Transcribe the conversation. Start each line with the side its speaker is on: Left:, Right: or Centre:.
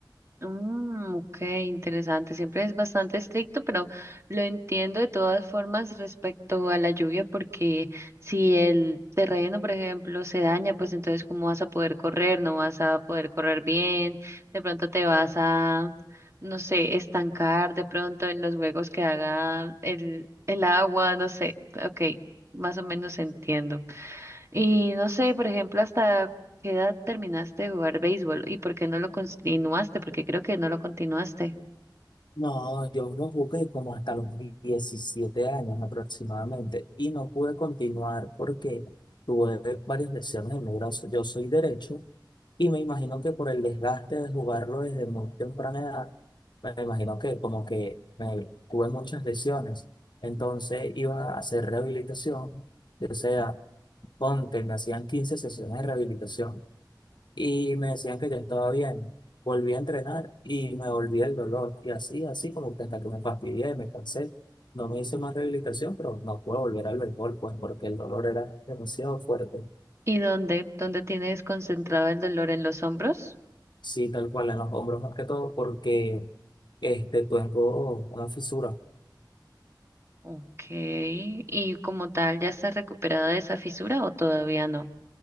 Right: Mm, ok, interesante. Siempre es bastante estricto, pero lo entiendo de todas formas respecto a la lluvia, porque si el terreno, por ejemplo, se daña, pues entonces ¿cómo vas a poder correr? No vas a poder correr bien, de pronto te vas a, no sé, estancar de pronto en los huecos que haga el, el agua, no sé. Ok, más o menos entiendo. Y no sé, por ejemplo, hasta qué edad terminaste de jugar béisbol y por qué no lo continuaste, porque creo que no lo continuaste.
Left: No, yo lo jugué como hasta los 17 años aproximadamente y no pude continuar porque tuve varias lesiones en mi brazo. Yo soy derecho y me imagino que por el desgaste de jugarlo desde muy temprana edad, me imagino que como que me, tuve muchas lesiones. Entonces iba a hacer rehabilitación, o sea, ponte, me hacían 15 sesiones de rehabilitación y me decían que yo estaba bien. Volví a entrenar y me volví el dolor. Y así, así como que hasta que me fastidié, me cansé. No me hice más rehabilitación, pero no puedo volver al béisbol, pues porque el dolor era demasiado fuerte.
Right: ¿Y dónde? ¿Dónde tienes concentrado el dolor en los hombros?
Left: Sí, tal cual, en los hombros más que todo, porque este, tengo una fisura.
Right: Ok. ¿Y como tal ya estás recuperada de esa fisura o todavía no?